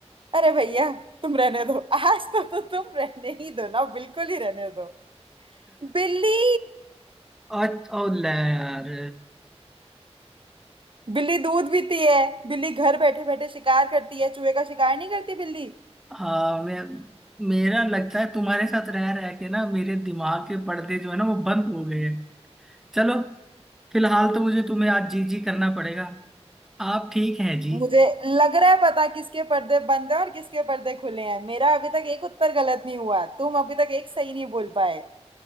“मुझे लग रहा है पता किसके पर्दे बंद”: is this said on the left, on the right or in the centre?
Right